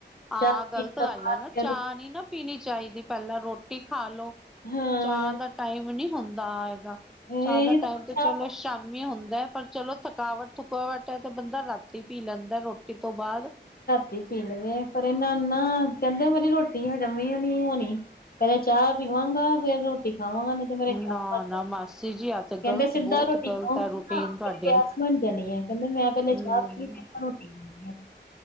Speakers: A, in the centre; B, on the left.
A: ਆਹ
B: ਚਾਹ
A: ਗਲਤ
B: ਪੀਣ ਤੋਂ
A: ਗੱਲ
B: ਬਾਅਦ
A: ਹੈ ਨਾ,
B: ਫਿਰ
A: ਚਾਹ ਨੀ ਨਾ ਪੀਣੀ ਚਾਹੀਦੀ ਪਹਿਲਾਂ ਰੋਟੀ ਖਾਲੋ
B: ਹਾਂ
A: ਚਾਹ ਦਾ ਟਾਈਮ ਨੀ ਹੁੰਦਾ ਹੈਗਾ
B: ਇਹ
A: ਚਾਹ ਦਾ
B: ਤਾਂ
A: ਟਾਈਮ ਤੇ
B: ਚਾਹ
A: ਚਲੋ ਸ਼ਾਮੀ ਹੁੰਦਾ ਹੈ, ਪਰ ਚਲੋ ਥਕਾਵਟ ਥਕੁਵਟ ਹੈ ਤੇ ਬੰਦਾ ਰਾ ਟੀ ਪੀ ਲੈਂਦਾ ਰੋਟੀ ਤੋਂ ਬਾਅਦ
B: ਟੀ ਪੀ ਲਵੇ, ਪਰ ਇਹਨਾਂ ਨਾ ਕਹਿੰਦੇ ਮੇਰੀ ਰੋਟੀ ਹਜਮ ਵੀ ਨੀ ਹੋਣੀ ਪਹਿਲਾਂ ਚਾਹ ਪਿਵਾਂਗਾ, ਫੇਰ ਰੋਟੀ ਖਾਵਾਂਗਾ ਨਹੀ ਤਾਂ ਕਮਰੇ 'ਚ
A: ਨਾ ਨਾ ਮਾਸੀ ਜੀ ਆ ਤੇ
B: ਕਹਿੰਦੇ
A: ਗ਼ਲਤ
B: ਸਿੱਧਾ
A: ਬਹੁਤ
B: ਰੋਟੀ
A: ਗ਼ਲਤ
B: ਖਾਓ
A: ਹੈ
B: ਨਾ
A: ਰੂਟੀਨ ਤੁਹਾਡੀ
B: ਪਿਆਸ ਬਣ ਜਾਣੀ ਆ, ਕਹਿੰਦੇ ਮੈਂ ਪਹਿਲੇ
A: ਹਮ
B: ਚਾਹ ਪੀਣੀ, ਫੇਰ ਮੈਂ ਰੋਟੀ ਖਾਂਨੀ ਹੈ